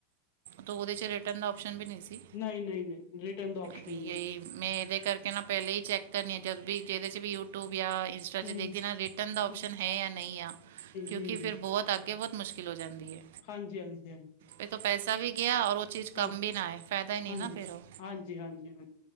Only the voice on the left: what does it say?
ਨਹੀਂ ਨਹੀਂ ਨਹੀਂ ਰਿਟਰਨ ਦਾ ਆਪਸ਼ਨ
ਨਹੀਂ
ਹੈ
ਹੂੰ
ਹੂੰ
ਹੂੰ ਹੂੰ
ਹਾਂਜੀ ਹਾਂਜੀ ਹਾਂਜੀ।
ਹਾਂ
ਹਾਂਜੀ
ਹਾਂਜੀ ਹਾਂਜੀ ਹਾਂਜੀ